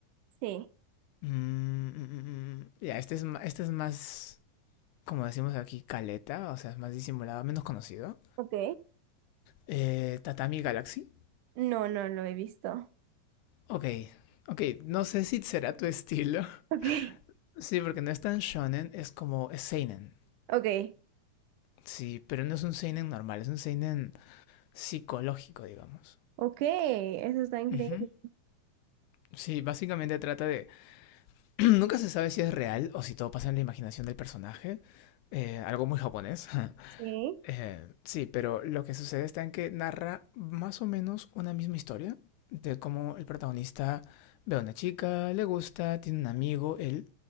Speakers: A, on the right; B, on the left.
A: Sí,
B: Mm, mm, mm, mm. ya, este es, ma- este es más, como decimos aquí, caleta, o sea, es más disimulado, menos conocido.
A: ok.
B: Eh, Tatami Galaxy.
A: No, no lo he visto.
B: Ok, ok, no sé si será tu estilo. <laughs>
A: Ok, <laughs>
B: Sí, porque no es tan shonen, es como, es seinen.
A: ok,
B: Sí, pero no es un seinen normal, es un seinen psicológico, digamos.
A: ok, eso está increíble.
B: Ujú. Sí, básicamente trata de... <clears throat> Nunca se sabe si es real o si todo pasa en la imaginación del personaje. eh, algo muy japonés. <laughs>
A: Sí,
B: Eh, sí, pero lo que sucede está en que narra más o menos una misma historia de cómo el protagonista ve a una chica, le gusta, tiene un amigo, él,